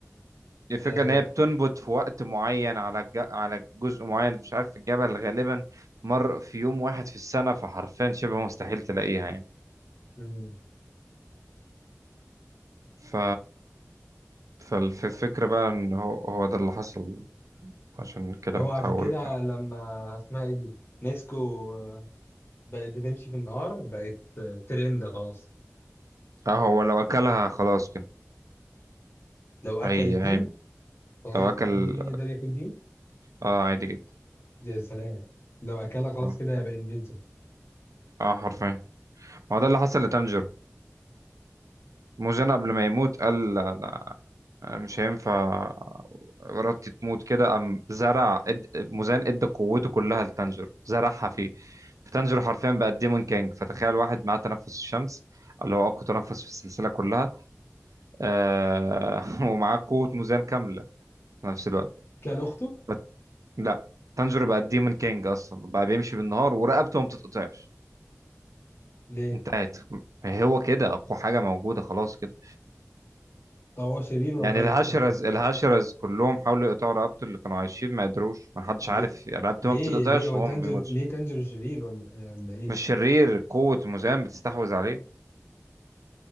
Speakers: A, on the right; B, on the left.
A: الفكرة
B: آه.
A: إن هي بتنبت في وقت معين على الج... على جزء معين مش عارف في الجبل غالبا مر في يوم واحد في السنة فحرفيا شبه مستحيل تلاقيها يعني
B: مم.
A: ف فالفكرة بقى إن هو هو ده اللي حصل عشان كده
B: هو
A: بتحول
B: عشان كده
A: بقى
B: لما اسمها ايه دي نيسكو آه، بقت بتمشي في النهار بقت آه، ترند خلاص
A: اه هو لو أكلها خلاص كده
B: لو اكل
A: هي
B: ديمن
A: هي
B: هو
A: لو أكل
B: في ديمن يقدر ياكل ديمن
A: اه عادي جدا
B: يا سلام لو اكلها خلاص
A: اه
B: كده هيبقى انفينسيبل
A: آه، حرفيا ما هو ده اللي حصل لتانجيرو موزان قبل ما يموت قال لا أنا مش هينفع ارادتي تموت كده قام زرع إد... مزان ادى قوته كلها لتانجر زرعها فيه فتانجر حرفيا بقى ديمون كانج فتخيل واحد معاه تنفس الشمس اللي هو اقوى تنفس في السلسله كلها آه... <laughs> ومعاه قوه مزان كامله في نفس الوقت
B: كل اخته
A: فت... لا تانجر بقى ديمون كانج اصلا بقى بيمشي بالنهار ورقبته ما بتتقطعش
B: ليه؟
A: انتهت هو كده اقوى حاجه موجوده خلاص كده
B: طب هو شرير ولا
A: يعني
B: طيب
A: الهاشرز
B: تنجر
A: الهاشرز كلهم حاولوا يقطعوا رقبته اللي كانوا عايشين ما قدروش ما حدش
B: ليه
A: عارف يعني رقبته
B: ليه
A: ما بتتقطعش
B: ليه هو
A: وهو
B: تانجيرو
A: ما بيموتش
B: ليه تانجيرو شرير ولا ولا ايه
A: مش شرير قوة مuzan بتستحوذ عليه